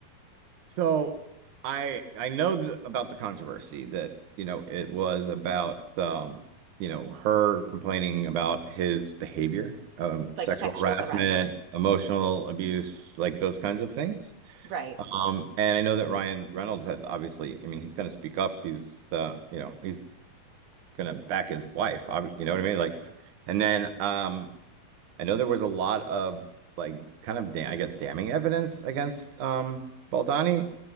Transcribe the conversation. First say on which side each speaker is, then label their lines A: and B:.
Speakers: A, on the right; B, on the right.
A: So I I know th about the controversy that you know it was about um you know her complaining about his behavior, um
B: It's like
A: sexual
B: sexual
A: harassment,
B: harassment.
A: emotional abuse, like those kinds of things.
B: Right.
A: Um and I know that Ryan Reynolds had obviously, I mean, he's going to speak up. He's uh you know, he's going to back his wife. ob- You know what I mean? Like and then um I know there was a lot of like kind of da I guess damning evidence against um Baldani